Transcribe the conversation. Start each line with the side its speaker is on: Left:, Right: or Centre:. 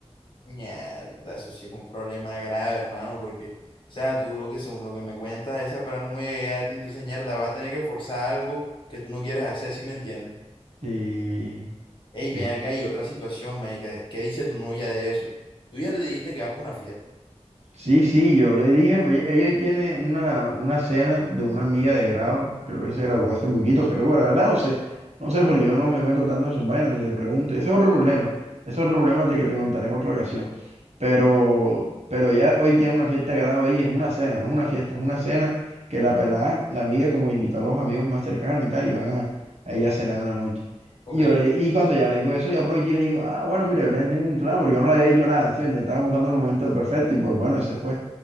Left: Mierda, eso sí es un problema grave, hermano, porque, o sea, tú lo que, según lo que me cuentas, esa para no muy allá de ti, entonces, mierda, vas a tener que forzar algo que tú no quieres hacer, ¿sí me entiendes?
Right: Y
Left: Ey, ven
Right: es
Left: acá, hay otra situación, médica, ¿qué dice tu novia de eso? Tú ya le dijiste que vas para una fiesta.
Right: Sí, sí, yo le dije, pues, ella hoy tiene una, una cena de una amiga de grado, creo que se graduó hace poquito, se graduó, la verdad no sé, no sé porque yo no me meto tanto en sus vainas ni le pregunto, ese es otro problema, ese es otro problema de que te contaré en otra ocasión pero, pero ya hoy tiene una fiesta de grado ella, es una cena, no es una fiesta, es una cena que la pelada, la amiga, como invitó a los amigos más cercanos y tal, y van a, a ella a cenar en la noche.
Left: Ok,
Right: Y, yo le- y cuando ella me dijo eso, yo aproveché y le dijo, ah, bueno, mire, yo también tengo un plan, porque yo no le había dicho nada, ¿sí? me entiendes? Estaba buscando el momento perfecto y pues bueno, ese fue.